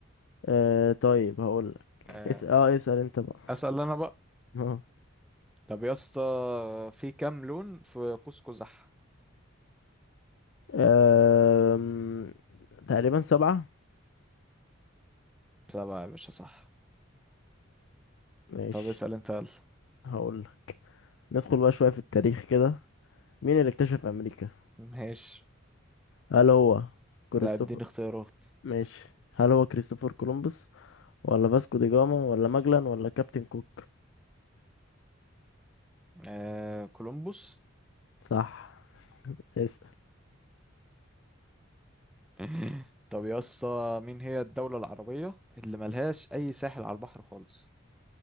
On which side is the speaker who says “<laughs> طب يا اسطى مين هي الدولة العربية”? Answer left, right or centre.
Centre